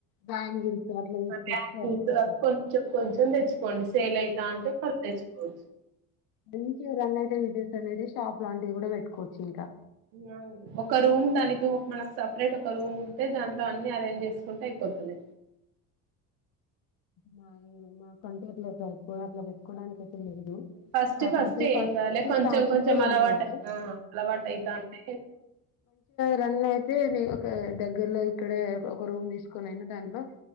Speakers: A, on the left; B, on the right.
A: బ్యాంగిల్స్ అట్లా తీసుకొస్తే
B: అ అవి
A: సరిపోతది
B: కొంచెం కొంచెం తెచ్చుకోండి సేల్ అయితా అంటే వాళ్ళు తెచ్చుకోవచ్చు
A: మంచిగా రన్ అయితే విజస్ అయితే షాప్ లాంటివి కూడా పెట్టుకోవచ్చు ఇంకా
B: వు ఒక రూమ్ దానికి మనకు సపరేట్ ఒక రూమ్ ఉంటే దాంట్లో అన్ని అరేంజ్ చేసుకుంటే అయిపోతది
A: మా మా కంటే ఎట్లే సార్ప్పు అట్లా పెట్టుకోవడానికి అయితే లేదు
B: ఫస్ట్
A: కాకపోతే
B: ఫస్ట్
A: ఫస్ట్
B: ఏం కాలే కొంచెం
A: స్టార్టింగ్
B: కొంచెం
A: లో
B: అలవాటు
A: ఏం కాదు
B: అలవాటఅయితా అంటే
A: రన్ని అయితే న ఒక దగ్గరలో ఇక్కడే ఒక రూమ్ తీసుకొనిను దాంట్లో